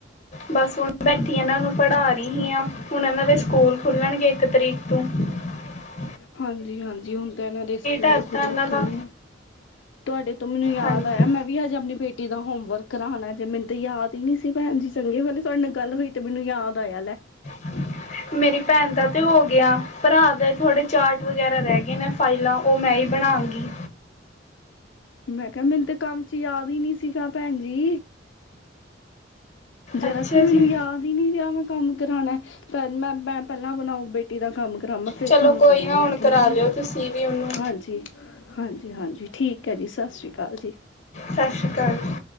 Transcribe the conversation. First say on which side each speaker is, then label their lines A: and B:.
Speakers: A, on the left (about 40°); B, on the left (about 70°).
A: ਬਸ ਹੁਣ ਬੈਠੀ ਇਹਨਾਂ ਨੂੰ ਪੜ੍ਹਾ ਰਹੀ ਹੀ ਹਾਂ ਹੁਣ ਇਹਨਾਂ ਦੇ ਸਕੂਲ ਖੁੱਲਣਗੇ ਇੱਕ ਤਰੀਕ ਤੋਂ ਹ <unintelligible>
B: ਹਾਂਜੀ- ਹਾਂਜੀ ਹੁਣ ਤਾਂ ਇਹਨਾਂ ਦੇ ਸਕੂਲ
A: ਹੈ
B: ਖੁਲ
A: ਤਾਂ ਇਹਨਾਂ
B: ਖੇ
A: ਦਾ
B: ਆ <unintelligible> ਤੁਹਾਡੇ ਤੋਂ ਮੈਨੂੰ ਯਾਦ
A: ਹਾਂਜੀ
B: ਆਇਆ ਮੈਂ ਵੀ ਹਜੇ ਆਪਣੀ ਬੇ ਏਦਾ ਹੋਮ ਵਰਕ ਕਰਾਣਾ ਜੇ ਮੈਨੂੰ ਤਾਂ ਯਾਦ ਹੀ ਨੀ ਸੀ ਭੈਣ ਜੀ ਚੰਗੇ ਵਾਲੇ ਤੁਹਾਡੇ ਨਾਲ ਗੱਲ ਹੋਈ ਤੇ ਮੈਨੂੰ ਯਾਦ ਆਇਆ ਲੈ
A: ਹ <unintelligible> ਮੇਰੀ ਭੈਣ ਦਾ ਤਾਂ ਹੋ ਗਿਆ ਭਰਾ ਦੇ ਥੋੜ੍ਹੇ ਚਾਰਟ ਵਗੈਰਾ ਰਹਿ ਗਏ ਨੇ ਫਾਈਲਾਂ ਉਹ ਮੈਂ ਈ ਬ ਬਣਾਗੀ
B: ਮੈਂ ਕਿਹਾ ਮੈਨੂੰ ਤੇ ਕੰਮ ਚ ਯਾਦ ਹੀ ਨਹੀ ਸੀਗਾ ਭੈਣ ਜੀ ਜਰਕ
A: ਅੱਛਾ
B: ਵੀ ਮੈਨੂੰ
A: ਜੀ।
B: ਯਾਦ ਹੀ ਨਹੀਂ ਰਿਹਾ <unintelligible> ਕੰਮ ਕਰਾਨਾ ਪਹਿਲਾਂ ਬਣਾਓ ਬੇਟੀ ਦਾ ਕੰਮ ਕਮ ਫੇਰ
A: ਚਲੋ
B: ਤੁਹਾਨੂੰ
A: ਕੋਈ
B: ਕਰਨੀ
A: ਨਾ ਹੁਣ
B: ਆ
A: ਕਰਾ
B: ਠੀਕ ਹੈ ਨਾ
A: ਲਿਓ ਤੁਸੀਂ ਵੀ ਉਹਨੂੰ।
B: ਹਾਂਜੀ ਹਾਂਜੀ- ਹਾਂਜੀ ਠੀਕ ਹੈ ਜੀ ਸਤਿ ਸ਼੍ਰੀ ਕਾਲ ਜੀ
A: ਸਤਿ ਸ਼੍ਰੀ ਕਾਲ ਜੀ